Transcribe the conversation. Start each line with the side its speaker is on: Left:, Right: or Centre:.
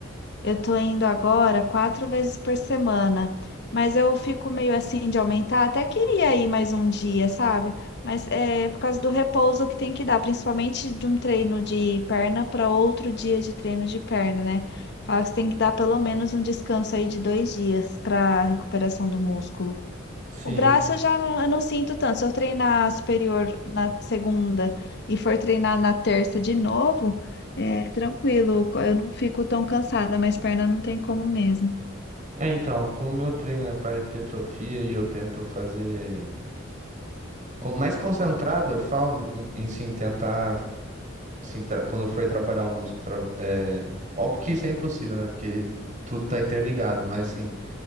Left: Eu tô indo agora quatro vezes por semana, mas eu fico meio assim de aumentar. Até queria ir mais um dia, sabe? Mas é por causa do repouso que tem que dar, principalmente de um treino de perna para outro dia de treino de perna, né? Fala que você tem que dar pelo menos um descanso aí de dois dias para recuperação do músculo.
Right: Sim.
Left: O braço eu já não, eu não sinto tanto. Se eu treinar superior na segunda e for treinar na terça de novo, é tranquilo, eu não fico tão cansada, mas perna não tem como mesmo.
Right: É, então, como meu treino é para hipertrofia e eu tento fazer com- mais concentrado, eu falo em, em sim tentar assim, tra- quando eu for trabalhar o músculo, tra- é, óbvio que isso é impossível, né? Porque tudo tá interligado, mas sim,